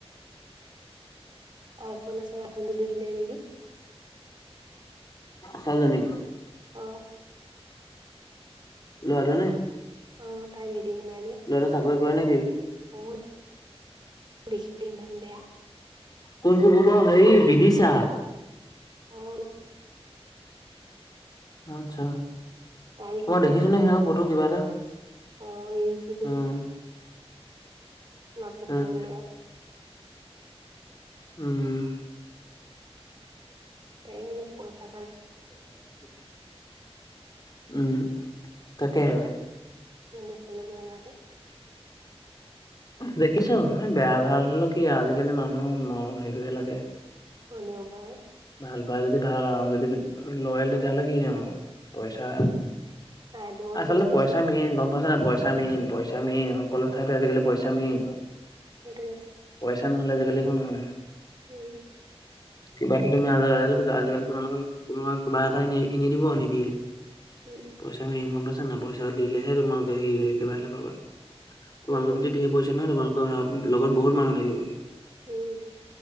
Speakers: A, on the right; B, on the left.
A: আইফোন আছে আইফোনটোুলি দিলে নেকি
B: সালজনক
A: আহ
B: লাৰে নে
A: অ তাই ভেট দেউ নাই যে
B: ল'ৰাটো চাকৰি কৰে নেকি?
A: অ দেখবলে ইমান বয়া
B: কোনচোন ক'ব হেৰি বিধছা
A: অ
B: আচ্ছা
A: তাই দেখি
B: অ
A: পেলাই
B: দেখিছো
A: ইমান
B: নে
A: ধুনীয়া
B: সিদিখন ফটো কিবা এটা।
A: অ' এজেঞ্চিটোছলে
B: উম
A: ন তেিনখ
B: উম
A: এয়া <unintelligible>
B: উম,
A: তাইক পইচা
B: <unintelligible> উম তাকেহে পাই
A: নন্দেকলাগান আত <unintelligible>
B: দেখিছো এই বেয়া ভাল হলেও কি আজিকালি মানুহ মৰম হেৰিটোহে লাগে।
A: হলেও পাই।
B: ভাল পাই যদি ভাল আৰু যদি লয়লে তেতিয়াহ'লে কি যাম আৰু। পইচা
A: তাইতো অকল
B: আচলতে
A: বস্তু
B: পইচা
A: চাই
B: মেইন গম পাইছ ন পইচা। পইচামেইণ-পইচামেইন সকলো ঠাইতে আজিকালি পইচামেইন।
A: সেইটোৱে।
B: তেনেহলে আজিকালি একো নহয়।
A: উম,
B: কিবা এটা তুমি আ আজিকালি তোমালোকে কোনোবা কিবা এটা এ নিদিব নিদিয়ে।
A: উম
B: পইচা আমি ইনকম পাইছা নাই পইচা দিলেহে তোমালোকে হে কিবা এটাপাবা। তোমালোকৰ
A: সেইটোৱেটো
B: যদি ধেই পইছো নহয় তোমালোকৰ লগত বহুত মানুহ থাকিব।
A: উম,